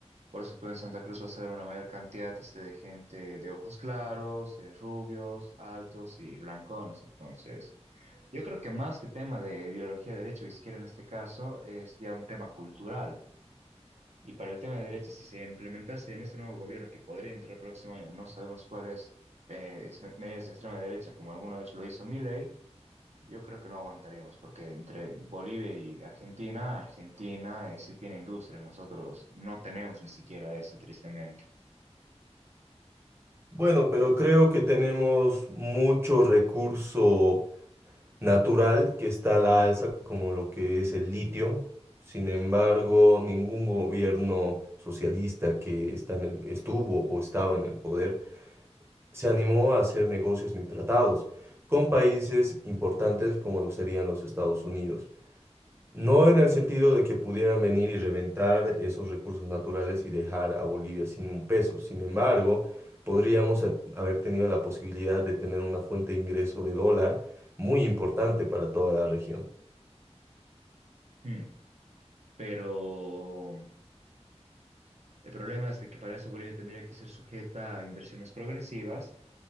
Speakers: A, on the right (about 75°); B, on the right (about 20°).
A: Por eso tú en Santa Cruz vas a ver una mayor cantidad este, de gente de ojos claros, eh, rubios, altos y blancones. Entonces, yo creo que más que tema de ideología de derecha o izquierda en este caso, es ya un tema cultural. Y para el tema de derecha, si se implementase en este nuevo gobierno que podría entrar el próximo año, no sabemos cuáles eh, ex- medidas de extrema derecha, como alguna vez lo hizo Milei, yo creo que no aguantaríamos, porque entre Bolivia y Argentina, Argentina eh, sí tiene industria, nosotros no tenemos ni siquiera eso, tristemente.
B: Bueno, pero creo que tenemos mucho recurso natural que está a la alza, como lo que es el litio. Sin embargo, ningún gobierno socialista que está en el- estuvo o estaba en el poder se animó a hacer negocios ni tratados con países importantes como lo serían los Estados Unidos. No en el sentido de que pudieran venir y reventar esos recursos naturales y dejar a Bolivia sin un peso. Sin embargo, podríamos ha- haber tenido la posibilidad de tener una fuente de ingreso de dólar muy importante para toda la región.
A: Hmm. Pero el problema es de que para eso Bolivia tendría que ser sujeta a inversiones progresivas